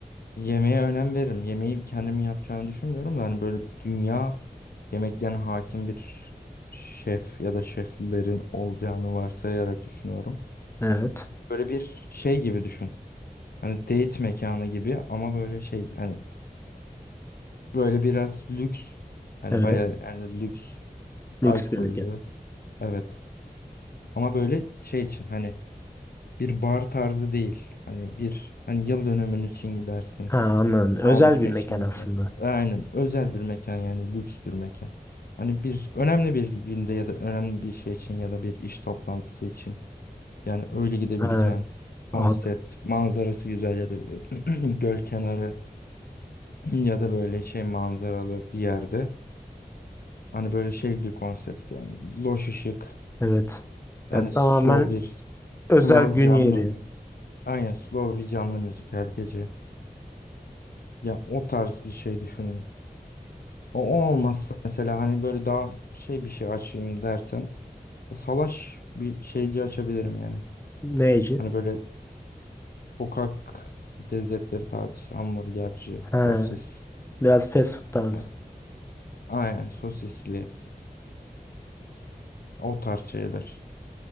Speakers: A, on the left; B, on the left.
A: Yemeğe önem veririm. Yemeği kendim yapacağını düşünmüyorum da hani böyle dünya yemeklerine hakim bir şef ya da şeflerin olacağını varsayarak düşünüyorum.
B: Evet.
A: Böyle bir şey gibi düşün. Hani date mekanı gibi ama böyle şey hani böyle biraz lüks hani
B: Evet.
A: bayağı yani lüks
B: Lüks
A: alkollü
B: bir mekan.
A: evet ama böyle şey için hani bir bar tarzı değil. Hani bir hani yıl dönümün için gidersin.
B: Ha anladım. Özel
A: Doğum günü
B: bir mekan
A: için
B: aslında.
A: gidersin. Aynen. Özel bir mekan yani lüks bir mekan. Hani bir önemli bir günde ya da önemli bir şey için ya da bir iş toplantısı için yani öyle gidebileceğin
B: Ha, anladım.
A: konsept, manzarası güzel ya da <clears throat> göl kenarı ya da böyle şey manzaralı bir yerde. Hani böyle şey bir konsept yani loş ışık
B: Evet.
A: yani
B: Ya tamamen
A: slow bir
B: özel
A: slow
B: gün
A: canlı.
B: yeri.
A: Aynen slow bir canlı müzik her gece. Ya o tarz bir şey düşünün. O, o olmazsa mesela hani böyle daha şey bir şey açayım dersen salaş bir şeyci açabilirim yani.
B: Neyci?
A: Hani böyle sokak lezzetleri tarzı işte hamburgerci,
B: Ha,
A: sosis.
B: biraz fast food tarzı.
A: Yani, aynen sosisli o tarz şeyler